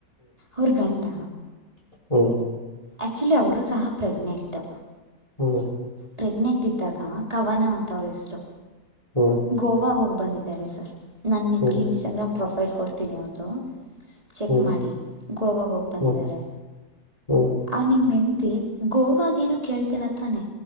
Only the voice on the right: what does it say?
ಅವ್ರ ಗಂಡ
ಆ್ಯಕ್ಚುಲಿ ಅವರು ಸಹ ಪ್ರೆಗ್ನೆಂಟ್ು
ಪ್ರೆಗ್ನೆಂಟ್ ಇದ್ದಾಗ ಕವನ ಅಂತ ಅವ್ರ ಹೆಸರು
ಗೋವಾ ಹೋಗ್ಬ ಬಂದಿದ್ದಾರೆ ಸರ್ ನಾನು ನಿಮಗೆ
ಇನ್ಸ್ಟಾಗ್ರಾಮ್ ಪ್ರೊಫೈಲ್ ಕೊಡ್ತೀನಿ ಅವದು ಚೆಕ್
ಮಾಡಿ ಗೋವಾಗ ಹೋಗಿ ಬಂದಿದ್ದಾರೆ
ಅವ ನಿಮ್ಮೆಂಟ ಗೋವಾಗ ಏನು ಕೇಳ್ತಿಲ್ಲತ್ತಾನೆ